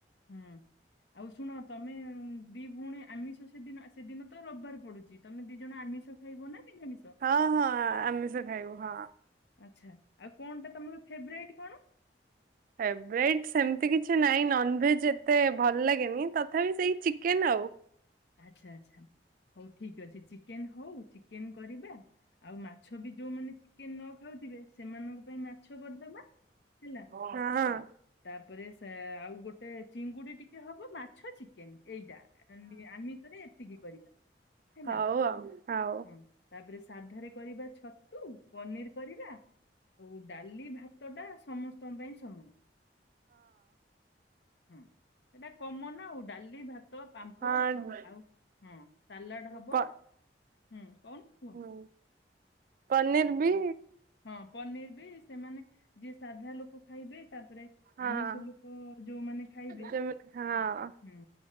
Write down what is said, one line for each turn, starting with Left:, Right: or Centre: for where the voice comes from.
Left: ହୁଁ। ଆଉ ଶୁଣ ତମେ ଉଁ ଦି ଭଉଣୀ ଆମିଷ ସେଦିନ ସେଦିନ ତ ରବିବାର ପଡୁଚି। ତମେ ଦି ଜଣ ଆମିଷ ଖାଇବ ନା ନିରାମିଷ?
Right: ହ ହ ଆମିଷ ଖାଇବୁ ହିଁ।
Left: ଆଚ୍ଛା ଆଉ କଣ ଟା ତମର ଫେବରାଇଟ୍ କଣ?
Right: ଫେବ୍ରାଇଟ ସେମତି କିଛି ନାଇଁ ନନଭେଜ ଏତେ ଭଲ ଲାଗେନି ତଥାପି ସେଇ ଚିକେନ ଆଉ।
Left: ଆଚ୍ଛା ଆଚ୍ଛା ହଉ ଠିକ୍ ଅଛି। ଚିକେନ ହଉ, ଚିକେନ କରିବା ଆଉ ମାଛ ବି ଯୋଉମାନେ ଚିକେନ ନ ଖାଉଥିବେ ସେମାନଙ୍କ ପାଇଁ ମା - ଛ କରିଦେବା ହେଲା।
Right: ହଁ ହଁ
Left: ତାପରେ ସେ ଆଉ ଗୋଟେ ଚିଙ୍ଗୁଡି ଟିକେ ହବ ମାଛ ଚି - କେନ୍ ଏଇଟା ନି ଆମିଷରେ ଏତିକି କରିବା। ହେଲା।
Right: ହଉ ଆଉ ହଉ
Left: ହୁଁ, ତାପରେ ସାଧାରେ କରିବା ଛତୁ ପନିର କରିବା। ଆଉ ଡାଲି ଭାତ ଟା ସମସ୍ତଙ୍କ ପାଇଁ ସମାନ। ହୁଁ। ସେଟା କମନ ଆଉ ଡାଲି, ଭାତ, ପାମ୍- ମ୍ପଡ
Right: ହଁ ହଁ।
Left: ଆଉ ହଁ ସାଲାଡ ହବ।
Right: ପ
Left: ହୁଁ କହୁନ କୁହ।
Right: ହୁଁ ପନିର ବି-
Left: ହଁ ପନିର ବି ସେମାନେ ଯିଏ ସାଧା ଲୋକ ଖାଇବେ ତାପରେ
Right: ହଁ
Left: ଆମିଷ ଲୋକ ଯୋଉମାନେ ଖାଇବେ।
Right: ଯେମିତି ହଁ
Left: ଆଉ ହୁଁ।